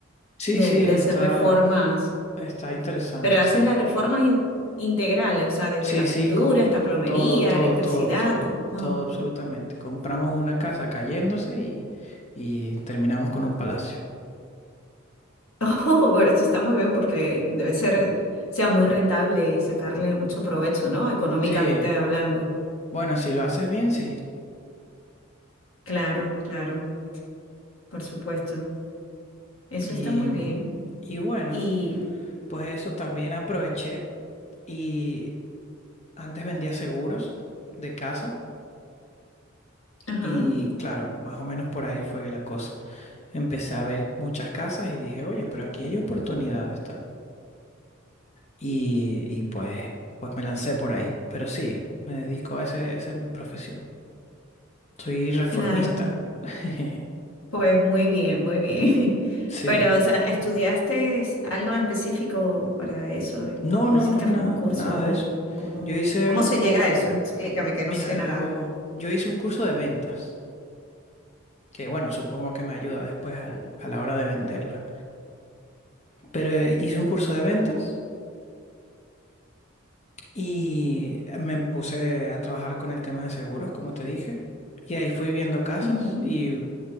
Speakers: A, on the left (about 35°); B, on the left (about 85°).
A: Sí,
B: de,
A: sí, está,
B: de hacer reformas,
A: está interesante,
B: pero haces
A: sí.
B: las reformas in- integrales, o sea, desde
A: Sí,
B: la
A: sí,
B: pintura
A: con
B: hasta plomería,
A: todo, todo,
B: electricidad,
A: todo, todo,
B: todo.
A: todo absolutamente. Compramos una casa cayéndose y, y terminamos con un palacio.
B: <laughs> Oh, bueno, eso está muy bien porque debe ser, o sea muy rentable y sacarle mucho provecho, ¿no? Económicamente
A: Sí,
B: hablando.
A: bueno, si lo haces bien, sí.
B: Claro, claro, por supuesto. Eso
A: Y,
B: está muy bien.
A: y bueno,
B: Y,
A: pues eso también aproveché y antes vendía seguros de casa.
B: ajá,
A: Y claro, más o menos por ahí fue la cosa. Empecé a ver muchas casas y dije, oye, pero aquí hay oportunidades, tal. Y, y pues, pues me lancé por ahí. Pero sí, me dedico a ese, esa es mi profesión. Soy reformista.
B: claro.
A: <laughs>
B: Pues muy bien, muy bien. <laughs>
A: Sí.
B: Pero, o sea, ¿estudiaste algo en específico para eso?
A: No,
B: ¿O
A: no,
B: hiciste
A: no, nada,
B: un curso?
A: nada
B: ¿Cómo,
A: de eso.
B: cómo,
A: Yo hice
B: cómo
A: un
B: se
A: cu-
B: llega a eso? Explícame, que
A: mira,
B: no sé nada.
A: yo, yo hice un curso de ventas, que bueno, supongo que me ayuda después al- a la hora de venderla. Pero eh, hice un curso de ventas Y me puse a trabajar con el tema de seguros, como te dije. Y ahí fui viendo casas
B: Ujú.
A: y